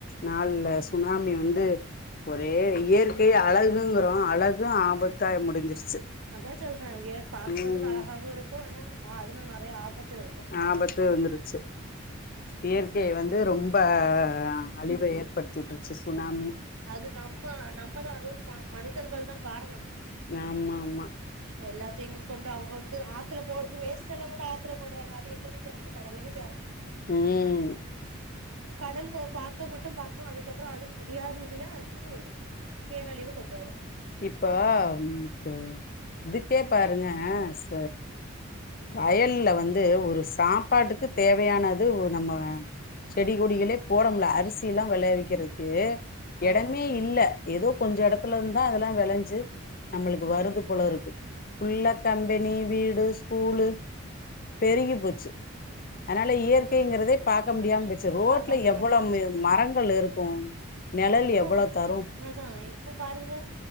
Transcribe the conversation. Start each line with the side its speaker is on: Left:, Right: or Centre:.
Left: நாலுல சுனாமி வந்து ஒரே இயற்கை அழகுங்றோ அழகு ஆபத்தா முடிஞ்சிருச்சு
Right: அதா சொல்றே எ பாக்குறதுக்கு
Left: ம்
Right: அழகாவு இருக்கு ஆனா அதுல நெறைய ஆபத்து இருக்கு
Left: ஆபத்து இருந்துருச்சு இயற்கை வந்து ரொம்ப அழிவ ஏற்படுத்தி வுட்ருச்சு சுனாமி
Right: அது நம்ம நம்மதா அதாவ்து மனிதர்கள் தா காரணொ
Left: ஆமா ஆமா
Right: எல்லாத்தையு கொண்டு அவுங்க வந்து ஆத்துல போடுது வேஸ்ட் எல்லா கூட ஆத்துல போட்றாங்க அது எங்க போய் சேருது கடல்ல போய் சேருது
Left: ம்
Right: கடல் கொ பாக்க மட்டு பாக்கு அதுக்கப்பறொ அதுக்கு முடியாத இதுல வந்து பேரழிவு கொண்டு வரு
Left: இப்போ இப்பு இதுக்கே பாருங்க ச வயல்ல வந்து ஒரு சாப்பாட்டுக்கு தேவையானது நம்ம செடி கொடிகளே போடமுல்ல அரிசில்லா வெளையவக்கிறதுக்கு எடமே
Right: ஆமா
Left: இல்ல ஏதோ கொஞ்ச எடத்துலருந்தா அதெல்லா வெளைஞ்சு நம்மளுக்கு வருது போலருக்கு ஃபுல்லா கம்பெனி வீடு ஸ்கூலு பெருகி போச்சு அனால இயற்கைங்றதே பாக்க முடியாம பெய்ர் ச்சு ரோட்ல
Right: பாக்க முடியாம
Left: எவ்ளோ
Right: ஆயி போச்சு
Left: மரங்கள் இருக்கு நெழல்
Right: இது
Left: எவ்வளோ தரு
Right: அதா இப்போ பாருங்க